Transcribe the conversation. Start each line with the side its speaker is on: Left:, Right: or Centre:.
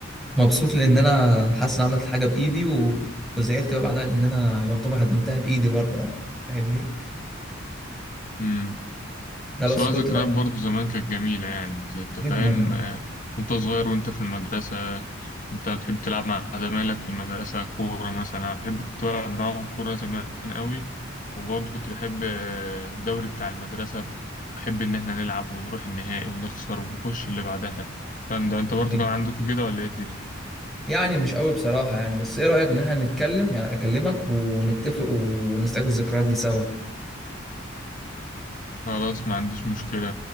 Centre: مبسوط لان انا حاسس ان عملت حاجه بايدي و... وزعلت بقى بعدها لان انا يعتبر هدمتها بايدي برضه يعني فاهمني
Left: مم.
Centre: لا
Left: سواء
Centre: بس كنت
Left: ذكريات
Centre: وقت
Left: برضو زمان كانت جميلة يعني انت انت
Centre: جدا
Left: فاهم آه، وانت صغير وانت في المدرسة انت بتحب تلعب مع زمايلك في المدرسة كورة مثلا انا بحب كنت بلعب معاهم كورة زمان قوي وبرضو كنت بحب آه، الدوري بتاع المدرسة بحب ان احنا نلعب ونروح النهائي ونخسر ونخش اللي بعدها الكلام ده انت برضو
Centre: يعني
Left: كان عندكم كده ولا ايه الدنيا؟
Centre: يعني مش قوي بصراحه يعني بس ايه رايك ان احنا نتكلم يعني اكلمك ونتفق ونستعيد الذكريات دي سوا
Left: خلاص ما عنديش مشكلة